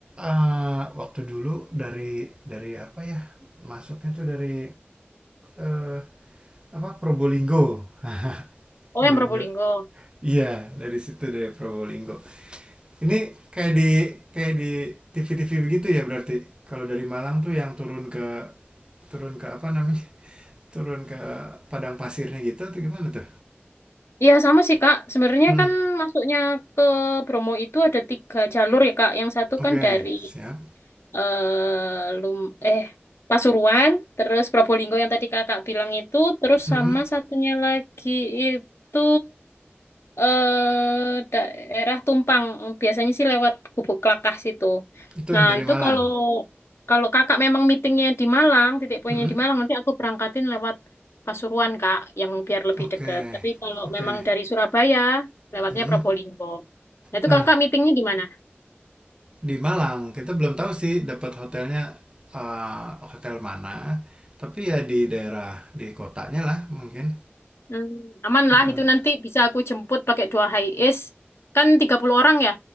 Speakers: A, on the right; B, on the left.
A: eh, waktu dulu dari dari apa ya masuknya tuh dari eh, apa Probolinggo <laughs>
B: Oh, yang
A: iya
B: Probolinggo.
A: bener iya dari situ dari Probolinggo Ini kayak di kayak di TV-TV begitu ya berarti. Kalau dari Malang tuh yang turun ke turun ke apa namanya? Turun ke padang pasirnya gitu atau gimana tuh?
B: Iya, sama sih, Kak. Sebenarnya
A: Hmm,
B: kan masuknya ke Bromo itu ada tiga jalur ya, Kak. Yang satu
A: oke,
B: kan dari
A: siap.
B: eh lum eh Pasuruan, terus Probolinggo yang tadi kakak bilang itu, terus
A: Hmm,
B: sama satunya lagi itu eh daerah Tumpang, biasanya sih lewat Gubuk Klakah situ.
A: itu yang
B: Nah
A: dari
B: itu
A: Malang.
B: kalau kalau kakak memang meetingnya di Malang, titik poinnya
A: Hmm,
B: di Malang, nanti aku berangkatin lewat Pasuruan kak, yang biar lebih
A: oke.
B: deket. Tapi kalau
A: Oke.
B: memang dari Surabaya, lewatnya
A: Hmm.
B: Probolinggo. Nah itu
A: Nah,
B: kakak meetingnya di mana?
A: di Malang kita belum tahu sih dapat hotelnya eh, hotel mana, tapi ya di daerah di kotanya lah mungkin.
B: Hmm, aman lah
A: Heeh.
B: itu nanti bisa aku jemput pakai dua high es kan 30 orang ya